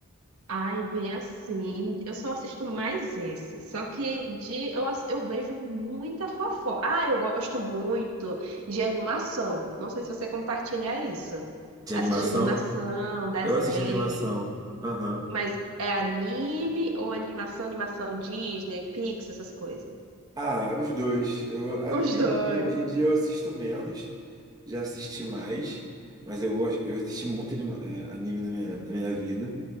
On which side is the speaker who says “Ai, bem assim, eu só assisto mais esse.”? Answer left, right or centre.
Right